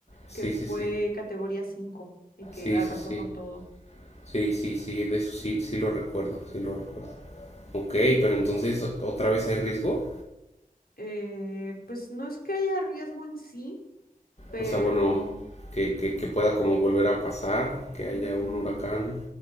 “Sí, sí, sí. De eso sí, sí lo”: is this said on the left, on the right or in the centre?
Left